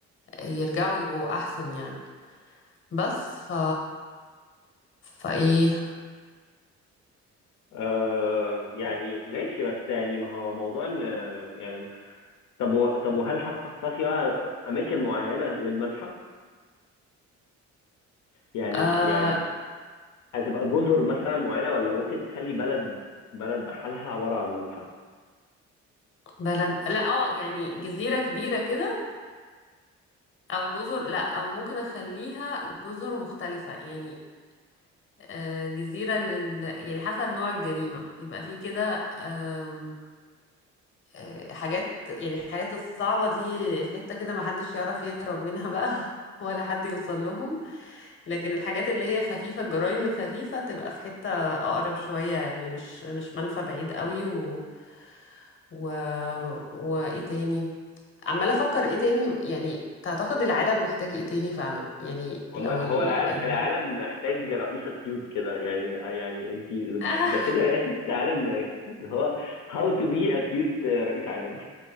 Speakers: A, on the left (about 40°); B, on the left (about 80°).
A: يرجعوا يبقوا أحسن يعني بس ف فإيه
B: آه يعني ماشي بس يعني ما هو موضوع ان يعني طب و... طب وهل هتخصصي بقى اماكن معينة للمنفى يعني
A: آه...
B: يعني هتبقى جزر مثلا معينه ولا ممكن تخلي بلد بلد بحالها عباره عن منفى
A: بلد لا اه يعني جزيرة كبيرة كده او جزر لا او ممكن اخليها جزر مختلفة يعني آه، جزيرة لل يعني حسب نوع الجريمة يبقى في كده آم، آه، حاجات يعني الحاجات الصعبة دي في حتة كده ما حدش يعرف يهرب منها بقى <laughs> ولا حد يوصل لهم لكن الحاجات اللي هي خفيفة الجرائم الخفيفة تبقى في حتة اقرب شوية يعني مش مش منفى بعيد قوي و و وايه تاني عمالة أفكر إيه تاني يعني تعتقد العالم محتاج إيه تاني فعلا يعني
B: والله
A: لو
B: هو
A: ال
B: العالم
A: ال
B: العالم محتاج رئيسة كيوت كده يعني يعني انت
A: <laughs> آه
B: ده كده رئاسة عالم اللي هو how to be a cute رئيس عالم